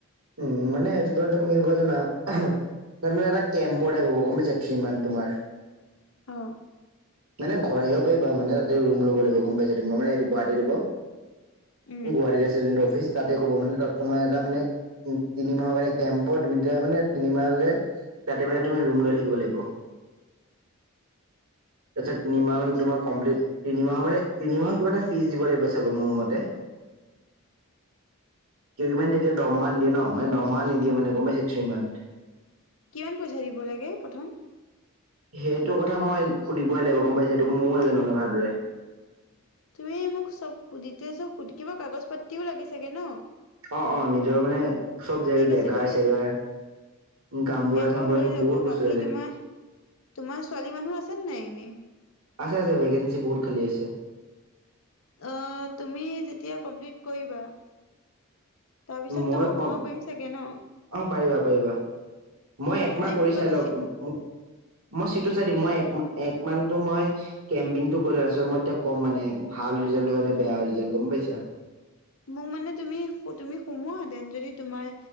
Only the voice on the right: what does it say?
উম মানে সেইটোতে এনেকুৱা জানা তাৰমানে এটা কেম্পৰ টাইপ হব গম পাইছা থ্ৰী মান্থ তোমাৰ
মানে ঘৰ আহিব পাৰিবা মানে তাতে ৰুম ল'ব লাগিব গম পাইছা তোমাৰ মানে এইটো গুৱাহাটী ৰ'ব
গুৱাহাটীত আছে যোন্ত অফিচ। তাতে ক'ব মানে, তাত তোমাৰ এটা মানে উম তিনিমাহৰ কাৰণে কেম্প হয়, তুমি এতিয়া মানে তিনিমাহ তাতে মানে তুমি ৰুম লৈ থাকিব লাগিব। তাৰপাছত তিনিমাহ
তোমাৰ কমপ্লিট তিনিমাহৰ মানে, তিনিমাহৰ কিবা এটা ফিজ দিব লাগিব চাগৈ মোৰ মতে। কেইদিন মান তেতিয়া দম ফাণ্ড দিয়ে ন মানে দৰমহা নিদিয়ে মানে গম পাইছে থ্ৰী মান্থ।
সেইটো কথা মই সুধিবই লাগিব গম পাইছা, সেইটো ময়ো নাজানো নে ভালদৰে।
অ' অ' নিজৰ মানে চব জেগা
চেগাৰ, গাওবুঢ়া
চাওবুঢ়া,
চব
বহুত বস্তু
থাকে।
আছে আছে ভেকেঞ্চি বহুত খালি আছে।
মই কম,
অ' পাৰিবা পাৰিবা। মই
একমাহ
কৰি
চাই লও
মই চিটো চাই দিম মই এক মান টো ময় কেম্পিংটো কৰিলো তাৰ পাছত এতিয়া ক'ম মে ভাল ৰিজাল্ট হয় নে বেয়া ৰিজাল্ট গম পাইছা।